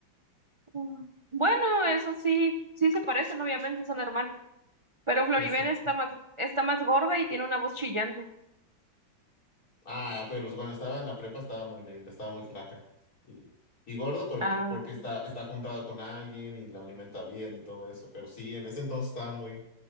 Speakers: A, on the right; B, on the left.
A: Mm. Bueno, eso sí, sí se parecen, obviamente, son hermanos. Pero Floribel
B: Exacto.
A: está más, está más gorda y tiene una voz chillante.
B: Ah, pero cuando estaba en la prepa estaba muy linda, estaba muy flaca. Y, y gorda, pero
A: Ah,
B: p- porque está, está juntada con alguien y la alimenta bien y todo eso. Pero sí, en ese entonces estaba muy,